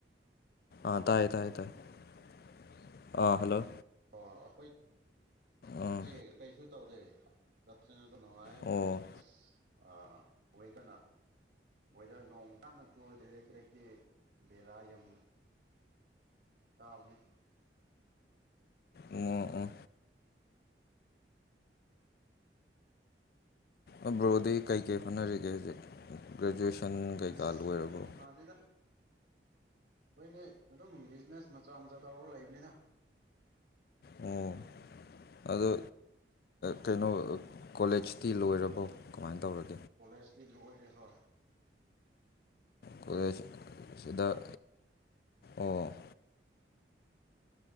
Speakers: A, on the left; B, on the right.
A: ꯑꯥ ꯇꯥꯏꯌꯦ ꯇꯥꯏꯌ‌ꯦ ꯇꯥꯏꯌ‌ꯦ ꯑꯥ ꯍꯜꯂꯣ
B: ꯑꯥ ꯑꯩꯈꯣꯏꯗꯤ
A: ꯑꯥ
B: ꯀꯔꯤꯁꯨ ꯇꯧꯗꯦ ꯆꯠ ꯑꯗꯨꯝꯅꯨꯉꯥꯥ ꯑꯗꯨ
A: ꯑꯣ
B: ꯑꯥ ꯑꯥ ꯋꯦꯗꯔꯅ ꯋꯦꯗꯔ ꯅꯣꯡ ꯀꯥꯟꯅ ꯆꯨꯗ꯭ꯔ ꯂꯩꯇ꯭ꯔ‌ꯦ ꯀ‌ꯦ ꯕꯦꯔꯥ ꯌꯥꯝ ꯇꯥꯕꯅꯦ
A: ꯑꯣ ꯑꯣ ꯑ ꯕ꯭ꯔꯣꯗꯤ ꯀꯩ ꯀꯩ ꯍꯣꯠꯅꯔꯤꯒꯦ ꯍꯥꯖꯤꯛ ꯒ꯭ꯔꯦꯖꯨꯑꯦꯁꯟ ꯀꯩꯀꯥ
B: ꯑꯁ
A: ꯂꯣꯏꯔꯥꯕ꯭ꯔꯣ
B: ꯀꯩꯁꯨ ꯍꯣꯠꯅꯗꯦꯗ ꯑꯩꯈꯣꯏꯗꯤ ꯑꯗꯨꯝ ꯕꯤꯖꯤꯅꯦꯁ ꯃꯆꯥ ꯃꯆꯥ ꯇꯧꯔꯒ ꯂꯩꯕꯅꯤꯗ
A: ꯑꯣ ꯑꯗꯣ ꯀꯩꯅꯣ ꯀꯣꯂꯦꯖꯇꯤ ꯂꯣꯏꯔꯕꯣ ꯀꯃꯥꯏ ꯇꯧꯔꯒꯦ
B: ꯀꯣꯂꯦꯖꯇꯤ ꯂꯣꯏꯔꯦ ꯍꯥ
A: ꯀꫭꯂ‌ꯦꯖ ꯁꯤꯗꯥꯥ ꯑꯣ